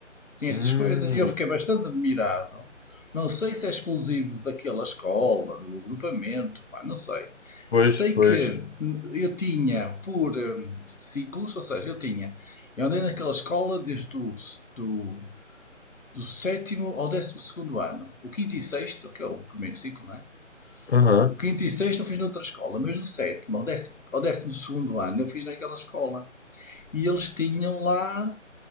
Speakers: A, on the left; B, on the left.
A: tinha
B: Hum,
A: essas coisas. E eu fiquei bastante admirado. Não sei se é exclusivo daquela escola, do agrupamento, pá, não sei.
B: pois,
A: Sei
B: pois.
A: que eu tinha por hum, ciclos, ou seja, eu tinha. Eu andei naquela escola desde o do, do sétimo ao décimo segundo ano. O quinto e sexto, que é o primeiro ciclo, né?
B: Aham.
A: O quinto e sexto eu fiz noutra escola, mas do sétimo ao décimo, ao décimo segundo ano eu fiz naquela escola. E eles tinham lá